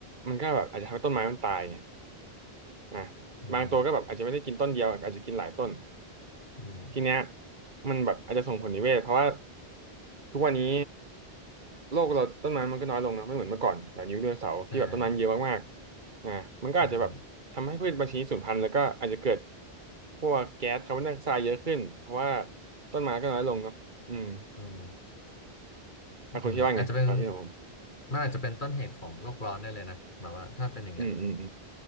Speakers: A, on the right (about 50°); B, on the left (about 50°).
A: มันก็แบบอาจจะทำให้ต้นไม้มันตายไงอ่า
B: อืม
A: บางตัวก็แบบอาจจะไม่ได้กินต้นเดียวอาจจะกินหลายต้น
B: อืม
A: ทีเนี้ยมันแบบอาจจะส่งผลนิเวศเพราะว่าทุกวันนี้โลกเราต้นไม้มันก็น้อยลงนะไม่เหมือนเมื่อก่อนแบบยุคไดโนเสาร์ที่แบบต้นไม้เยอะมากๆอ่ามันก็อาจจะแบบทำให้พืชบางชนิดสูญพันธุ์แล้วก็อาจจะเกิด
B: ใช่อืม
A: พวกแก๊สคาร์บอนไดออกไซด์เยอะขึ้นเพราะว่าต้นไม้ก็น้อยลงเนาะอืม
B: อืม
A: อ่ะคุณคิดว่าไงความคิดของผม
B: อืมอาจจะเป็นมันอาจจะเป็นต้นเหตุของโลกร้อนได้เลยนะแบบว่าถ้าเป็นอย่างเงี้ย
A: อืมอืมอืม